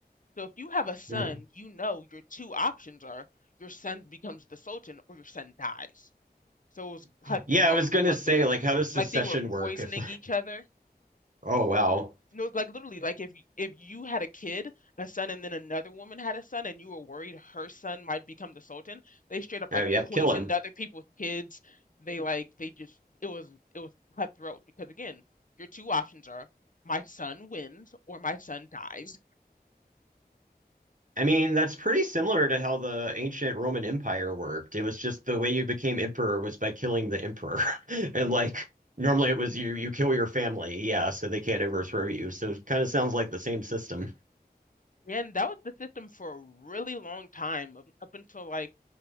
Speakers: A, on the left; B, on the right.
A: so if you have a son
B: Hmm.
A: you know your two options are your son becomes the sultan or your son dies so it was cutthroat
B: Yeah, I was gonna
A: among
B: say,
A: the women
B: like, how does
A: like
B: secession
A: they were
B: work?
A: poisoning
B: If
A: each other
B: <laughs> oh well,
A: no, like literally, like if y- if you had a kid, a son, and then another woman had a son, and you were worried her son might become the Sultan, they straight up like
B: oh yep,
A: poisoned
B: kill him.
A: other people's kids. They like they just it was it was cutthroat because again, your two options are my son wins or my son dies,
B: I mean, that's pretty similar to how the ancient Roman Empire worked. It was just the way you became emperor was by killing the emperor, <laughs> and like normally it was you you kill your family, yeah, so they can't overthrow you. So it kind of sounds like the same system.
A: and that was the system for a really long time up up until like.